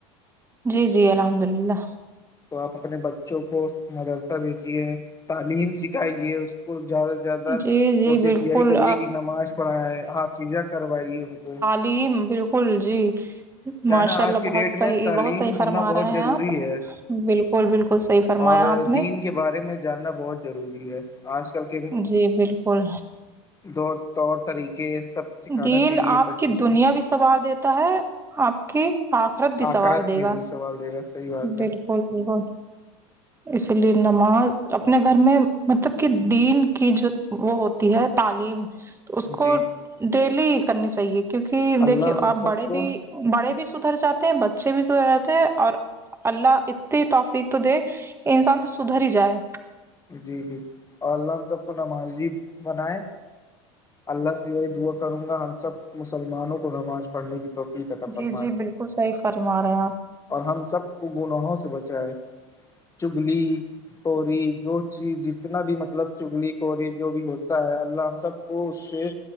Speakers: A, on the right; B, on the left.
A: جی جی الحمد للہ
B: تو آپ اپنے بچوں کو مدرسہ بھیجیے تعلیم سکھائیے اس کو زیادہ زیادہ
A: جی جی
B: کوشش
A: بالکل
B: یہی کریے کہ نماز پڑھائے حافظاں کروائیے ان کو
A: جی بالکل جی
B: کیا
A: ماشاء
B: ہے نا آج
A: اللہ
B: کی
A: بہت
B: ڈیٹ
A: صحیح
B: میں تعلیم
A: بہت صحیح فرما
B: ہونا بہت
A: رہے ہیں
B: ضروری
A: آپ
B: ہے
A: بالکل بالکل صحیح فرمایا
B: اور
A: آپ
B: دین
A: نے
B: بارے میں جاننا بہت ضروری ہے آج کل کے
A: جی بالکل
B: دور طور طریقے سب سکھانا
A: دین
B: چاہیے
A: آپ
B: بچوں
A: کی دنیا
B: کو
A: بھی سنبار دیتا ہے آپ کی آخرت بھی سوار
B: آخرت
A: دے
B: میں
A: گا
B: بھی سوال دے گا صحیح بات
A: بالکل
B: ہے
A: بالکل اسی لیے نماز اپنے گھر میں مطلب کہ دین کی جو وہ ہوتی ہے تعلیم تو اس کو
B: جی
A: ڈیلی کرنی چاہیے کیونکہ
B: اللہ
A: دیکھیو
B: ہم
A: آپ
B: سب
A: بڑے
B: کو
A: بھی بڑے بھی سدھر جاتے ہیں بچے بھی سدھر جاتے ہیں اور اللہ اتنی توفیق تو دے کہ انسان تو سدھر ہی جائے
B: جی جی اور اللہ ہم سب کو نمازی بنائے اللہ سے یہ دعا کروں گا ہم سب مسلمانوں کو نماز پڑھنے کی توفیک تھا فرما
A: جی جی بالکل صحیح فرما رہے ہیں آپ
B: اور ہم سب کو گناہوں سے بچائے چگلی کوری جو چیز جتنا بھی مطلب چگلی کوری جو بھی ہوتا ہے اللہ ہم سب کو اس سے